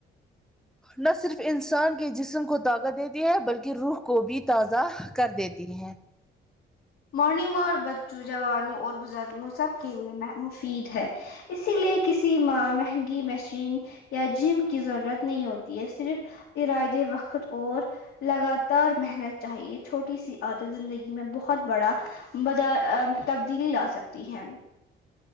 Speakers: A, in the centre; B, on the left.
A: نہ صرف انسان کے جسم کو طاقت دیتی ہے بلکہ روح کو بھی تازہ کر دیتی تی ہے
B: مارننگ و بچوں جوانوں اور بزرگوں سب کے لیے مفید ہے اسی لیے کسی ماں مہنگی مشین یا جم کی ضرورت نہیں ہوتی ہے صرف ارادے وقت اور لگاتار محنت چاہیے چھوٹی سی عادت زندگی میں بہت بڑا بد ا تبدیلی لا سکتی ہے